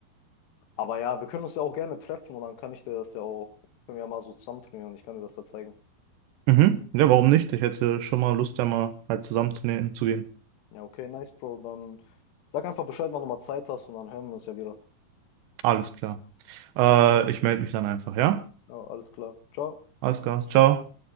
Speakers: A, on the left (about 80°); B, on the right (about 80°).
A: Aber ja, wir können uns ja auch gerne treffen und dann kann ich dir das ja auch, können wir ja mal so zusammen trainieren und ich kann dir das da zeigen.
B: mhm, ja, warum nicht? Ich hätte schon mal Lust, da mal halt zusammen zu zu gehen.
A: Ja, okay, nice, Bro. Dann sag einfach Bescheid, wann du mal Zeit hast und dann hören wir uns ja wieder.
B: Alles klar. Äh,
A: Ja,
B: ich melde mich dann einfach, ja?
A: ja, alles klar. Ciao.
B: Alles klar. Ciao.